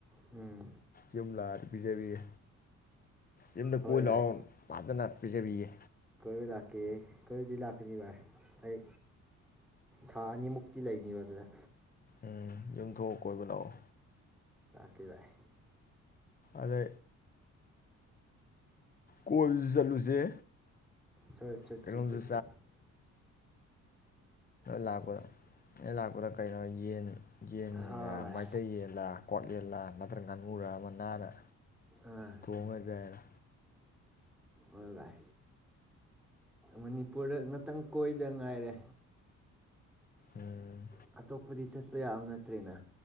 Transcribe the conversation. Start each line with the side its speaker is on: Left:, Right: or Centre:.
Centre: ꯎꯝ
Left: ꯌꯨꯝ ꯂꯥꯛꯑꯗꯤ ꯄꯤꯖꯕꯤꯌꯦ ꯌꯨꯝꯗ
Centre: ꯍꯣꯏ
Left: ꯀꯣꯏ ꯂꯥꯛꯑꯣ
Centre: ꯚꯥꯏ
Left: ꯐꯖꯅ ꯄꯤꯖꯕꯤꯌꯦ
Centre: ꯀꯣꯏ ꯂꯥꯛꯀꯦ ꯀꯔꯤꯗꯤ ꯂꯥꯛꯀꯅꯤ ꯚꯥꯏ ꯑꯩ ꯊꯥ ꯑꯅꯤꯃꯨꯛꯇꯤ ꯂꯩꯅꯤꯕ ꯑꯗꯨꯗ
Left: ꯎꯝ ꯌꯨꯝꯊꯣꯛꯑ ꯀꯣꯏꯕ ꯂꯥꯛꯑꯣ
Centre: ꯀꯦ ꯕꯥꯏ
Left: ꯑꯗ ꯀꯣꯜ ꯆꯠꯂꯨꯁꯦ
Centre: ꯆꯠ ꯆꯠꯆꯤ
Left: ꯀꯩꯅꯣꯝꯁꯨ
Centre: ꯆꯠꯆꯤ
Left: ꯂꯥꯛꯀ ꯂꯥꯛꯀꯔ ꯀꯩꯅꯣ ꯌꯦꯟ ꯌꯦꯟ
Centre: ꯍꯣꯏ
Left: ꯃꯩꯇꯩ ꯌꯦꯟꯂꯥ ꯀꯣꯠꯂꯜꯂꯥ ꯅꯠꯇ꯭ꯔꯒ ꯉꯥꯅꯨꯔ ꯑꯃ ꯅꯥꯔ
Centre: ꯑꯥ
Left: ꯊꯣꯡꯉꯗꯏꯔ
Centre: ꯍꯣꯏ ꯚꯥꯏ ꯃꯅꯤꯄꯨꯔꯗ ꯉꯥꯛꯇꯪ ꯀꯣꯏꯗ ꯉꯥꯏꯔꯦ
Left: ꯎꯝ
Centre: ꯑꯇꯣꯞꯄꯗꯤ ꯆꯠꯄ ꯌꯥꯕ ꯅꯠꯇ꯭ꯔꯦꯅ